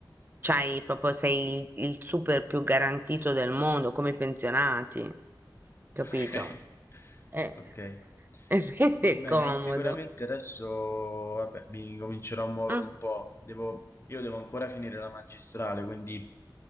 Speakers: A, on the right (about 25°); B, on the left (about 30°).
A: c'hai proprio, sei il, il super più garantito del mondo, come i pensionati, capito?
B: Okay,
A: Eh,
B: <laughs>
A: <laughs>
B: okay.
A: E quindi
B: Va
A: è
B: bene,
A: comodo.
B: eh, sicuramente adesso vabbè, mi comincerò a muovere
A: Mm,
B: un po'. Devo io devo ancora finire la magistrale, quindi